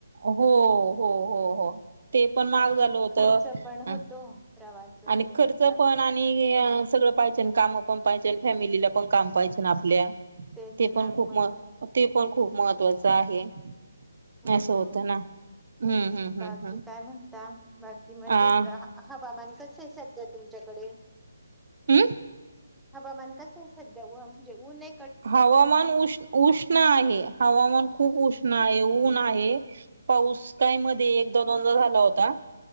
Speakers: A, on the right (about 55°); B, in the centre.
A: हो हो हो हो ते पण महाग
B: आणि
A: झालं
B: मग
A: होतं
B: खर्च पण होतो प्रवास वगैरे
A: आणि खर्च
B: म्हटला
A: पण
B: की
A: आणि सगळं पाहिजे काम पण पाहिजे फॅमिलीला पण काम पाहायच ना आपल्या
B: तेच
A: ते
B: ना
A: पण खूप
B: मग
A: म
B: काय
A: ते पण खूप महत्त्वाच आहे अससं
B: हो
A: होत ना हम्म हम्म
B: बाकी
A: हम्म हम्म
B: काय म्हणता बाकी मजेत
A: अ
B: ग हवामान कस आहे सध्या तुमच्याकडे
A: हम्
B: हबा मन कसं सध्या म्हणजे ऊ न
A: हवामान उष् उष्ण आहे हवामान खूप उष्ण आहे उन आहे पाऊस काय मध्ये एक दोन दोनदा झाला होता